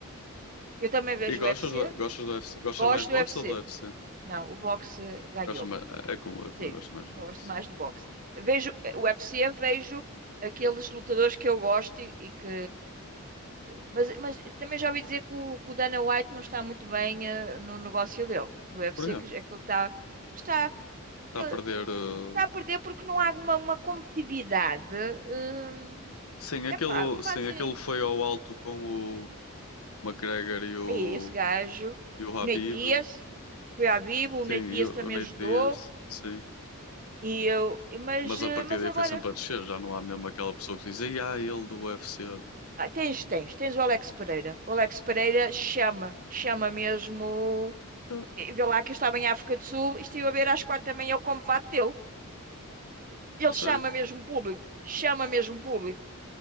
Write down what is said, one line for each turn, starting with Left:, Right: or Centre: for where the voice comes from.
Right: eu também vejo
Left: E gostas
Right: o UFC,
Left: do, gostas do UFC? Gostas
Right: gosto
Left: mais de boxe
Right: do UFC.
Left: ou do UFC?
Right: Não, o boxe eh, ganhou-me.
Left: Gostas mais, é é como eu, também
Right: Sim,
Left: gosto mais de
Right: gosto
Left: boxe.
Right: mais de boxe. Vejo eh, o UFC, vejo aqueles lutadores que eu gosto e, e que Mas, mas também já ouvi dizer que o, que o Dana White não está muito bem eh, no negócio dele, do UFC,
Left: Porquê?
Right: que, é que ele está, que está, que
Left: Está
Right: ele
Left: a perder. uh,
Right: está a perder porque não há uma, uma competitividade. Hum,
Left: Sim, aquele,
Right: epá, fazem.
Left: sim, aquele foi ao alto com o McGregor e o,
Right: Aí, esse gajo,
Left: e o
Right: o
Left: Habib.
Right: Nate Diaz, foi à Bibo,
Left: Sim,
Right: o Nate
Left: e
Right: Diaz
Left: o,
Right: também
Left: o Nate
Right: ajudou,
Left: Diaz. Sim.
Right: e eu, e- mas,
Left: Mas
Right: eh,
Left: a partir
Right: mas
Left: daí
Right: agora.
Left: foi sempre a descer, já não há mesmo aquela pessoa que diz, "Ei, ah, ele do UFC.
Right: ah, tens, tens, tens o Alex Pereira. O Alex Pereira chama, chama mesmo.
Left: Ah,
Right: e Vê lá que eu estava em África do Sul e estive a ver às quatro também é o combate dele. Ele
Left: a sério?
Right: chama mesmo público, chama mesmo público,